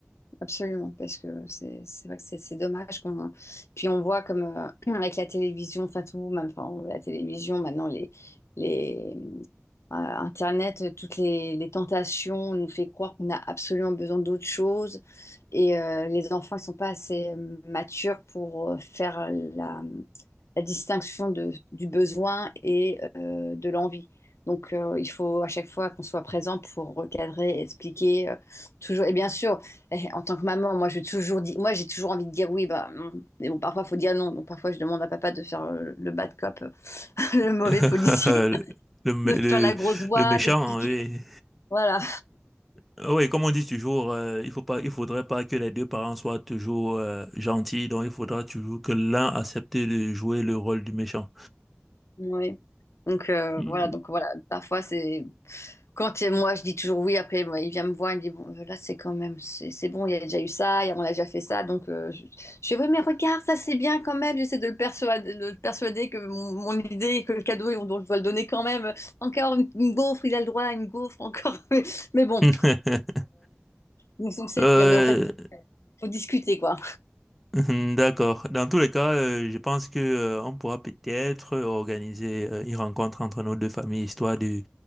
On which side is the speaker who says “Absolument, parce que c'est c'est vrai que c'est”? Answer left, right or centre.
Left